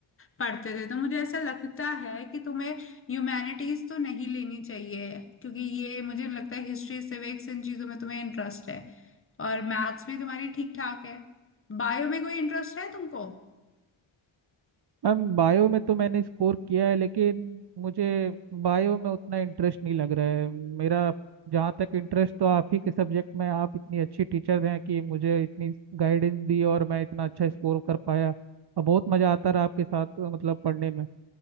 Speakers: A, on the left; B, on the right.
A: पढ़ते थे तो मुझे ऐसा लगता है कि तुम्हें ह्यूमैनिटीज तो नहीं लेनी चाहिए क्योंकि ये मुझे लगता है हिस्ट्री सिविक्स इन चीजों में तुम्हें इंटरेस्ट है और मैथ्स भी तुम्हारी ठीक ठाक है बायो में कोई इंटरेस्ट है तुमको
B: मैम बायो में तो मैंने स्कोर किया है लेकिन मुझे बायो में उतना इंटरेस्ट नहीं लग रहा है मेरा जहाँ तक इंटरेस्ट तो आप ही के सब्जेक्ट में आप इतनी अच्छी टीचर हैं कि मुझे इतनी गाइडेंस दी और मैं इतना अच्छा स्कोर कर पाया और बहुत मज़ा आता रहा आपके साथ मतलब पढ़ने में